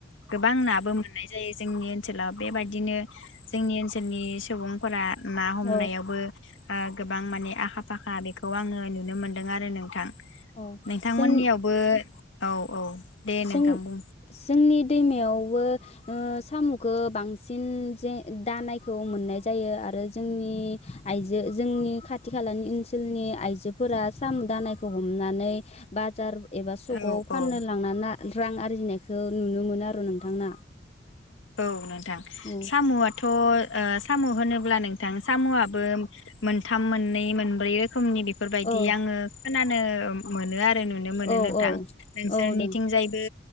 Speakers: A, on the left; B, on the left.
A: गोबां नाबो मोननाय जायो जोंनि ओनसोलाव बेबायदिनो जोंनि ओनसोलनि सुबुंफोरा ना हमनायावबो
B: औ
A: ओ गोबां माने आखाफ फाखा बेखौ आङो नुनो मोनदों आरो नोंथां
B: औ
A: नोंथांमोननियावबो‌।
B: जों
A: औ औ। दे
B: जों
A: नोंथां बुं
B: जोंनिद दैमायावबो ओ सामुखो बांसिन जे दानायखौ मोननाय जायो आरो जोंनि आइजो जोंनि खाथि खालानि ओनसोलनि आइजोफोरा सामु दानायखो हमनानै बाजार। एबा सकाव
A: औ
B: फाननोन
A: औ
B: रा रां आरजिनायखौ नुनो मोनो आरो नोंथांना।
A: औ नोंथ थां
B: औ
A: साम'आथ। ओ सामु' होनोब्ला नोंथां सामु आबो मोनथाम मोननै मोनब्रै रोख खोमनि बेफोरबायदि
B: औ
A: आङो। खोनानो मोनो आर ओ नुनो मोनो
B: औ
A: नोंथां
B: औ
A: नोंसोरनिथिंजायबो
B: औ दों